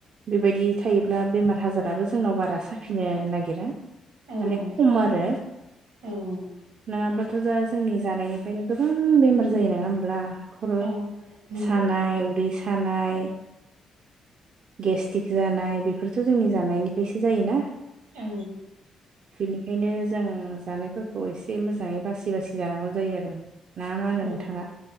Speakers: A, on the right; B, on the right.
A: बेबायदि थायोब्ला बेमार आजाराबो जोंनाव बारा साफिनो नागिरा।
B: औ
A: माने खम आरो
B: औ
A: नङाबा दाथ' दा जोंनि जानायनिफ्रायनो गोबां बेमार जायो नङा होमब्ला? खर'
B: औ नंगौ।
A: सानाय उदै सानाय गेस्टिक जानाय बेफोरथ' जोंनि जानायनिफ्रायसो जायोना।
B: औ।
A: बिनिखायनो जों जानायफोरखौ एसे मोजाङै बासि- बासि जानांगौ जायो आरो। ना मा होनो
B: औ,
A: नोंथाङा?